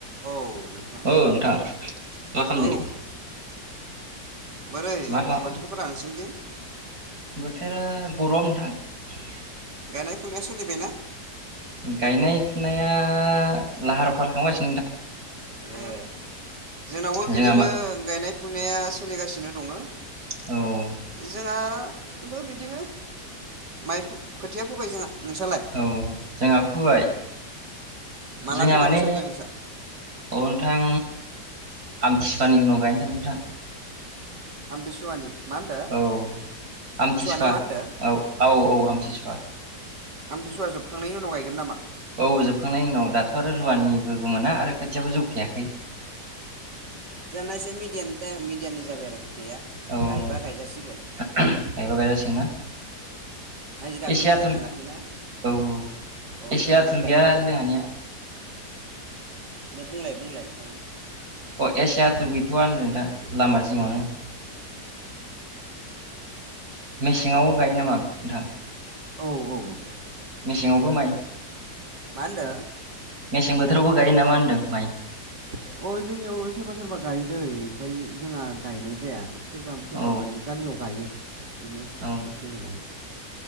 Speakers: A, on the right; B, on the right.
A: औ नोंथां
B: औ नोंथां मा खालामदों?
A: औ बोरै
B: मा खालाम
A: बोथोरफोरा नोंसोरनिथिं?
B: बोथोरा गरम नोंथां।
A: गायनाय फुनाया सोलिबायना?
B: गायनाय फुनाया लाहार फाहार खालागासिनो।
A: उम जोंनावबो
B: जोंहा
A: बिदिनो
B: मा
A: गायनाय फुनाया सोलिगासिनो दङ।
B: औ
A: जोंहाबो बिदिनो माइ खोथिया फोबाय जोंहा नोंसालाय
B: औ जोंहा फोबाय।
A: मालाथो
B: जोंहा माने
A: गायनो सानदों नोंसा?
B: औ नोंथां आमथिसुवानि उनाव गायनो सानदों नोंथां।
A: आमथिसुवानि। मा होनदो
B: औ आमथिसुवा
A: ना मा होनदो
B: औ औ औ आमथिसुवा।
A: आमथिसुवा जोबखांनायनि उनाव गायगोन नामा?
B: औ जोबखांनायनि उनाव दाथ' आरो रुवानिफोरबो मोना आरो खोथियाबो जौखायाखै।
A: जोंना एसे मिडियामनि तायेम मिडियामनि जाबाय आरो। खोथाया
B: औ <unintelligible>
A: गायबा गायजासिगोन
B: गायबा गायजासिगोन ना
A: हाजिराखौनो
B: एसि आथुर
A: मोनाखैना
B: औ औ
A: औ
B: एसि
A: बेखौनो
B: आथुर
A: गायथ'वाखै
B: गैया जोंहानिया।
A: माने दे बुंलाय बुंलाय नोंथां नों
B: अ एसे आथुर गैथ'वा होनदों नोंथां लामा जिङावनो।
A: अ
B: मेसेङाव गायो नामा नोंथां?
A: औ औ।
B: मेसेङावबो माइ
A: मा होनदो?
B: मेसें बोथोरावबो गायो नामा होन्दों माइ?
A: अ जोंनियाव सोरबा सोरबा गाय दै ओमफाय जोंहा गायनाय जाया। सोरबा सोरबा
B: औ
A: माने गामियाव लायो। बिदिनो
B: औ
A: मेसिं होनानै।